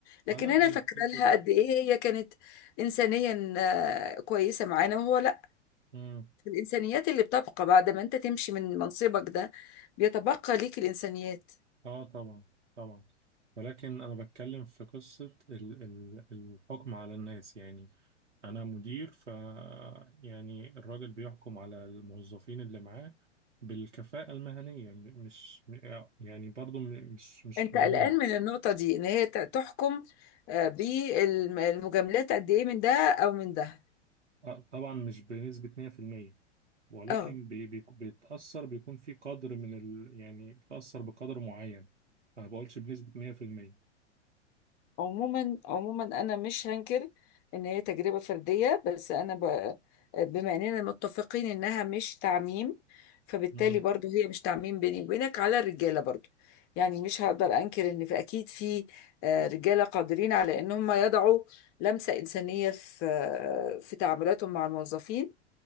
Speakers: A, on the left (about 30°); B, on the right (about 80°).
A: لكن
B: هلا بنفتكر
A: انا فاكره لها قد ايه هي كانت انسانيا آه، كويسه معانا وهو لا
B: مم.
A: الإنسانيات اللي بتبقى بعد ما أنت تمشي من منصبك ده بيتبقى ليك الإنسانيات
B: اه طبعا طبعا ولكن انا بتكلم في قصة ال... ال... الحكم على الناس يعني انا مدير ف يعني الراجل بيحكم على الموظفين اللي معاه بالكفاءة المهنية م- مش م- يعني برضو م- مش مش
A: أنت
B: كلهم
A: قلقان من النقطة دي إن هي ت- تحكم آه، بالمجاملات قد إيه من ده أو من ده
B: آه، طبعا مش بنسبة 100% ولكن
A: اه
B: بي بي بيتأثر بيكون في قدر من ال... يعني بتأثر بقدر معين ما بقولش بنسبة 100%
A: عموما عموما انا مش هنكر ان هي تجربه فرديه بس انا ب... بما اننا متفقين انها مش تعميم فبالتالي
B: مم.
A: برضو هي مش تعميم بيني وبينك على الرجاله برضو يعني مش هقدر انكر ان في اكيد في آه، رجاله قادرين على ان هم يضعوا لمسه انسانيه في آه، في تعاملاتهم مع الموظفين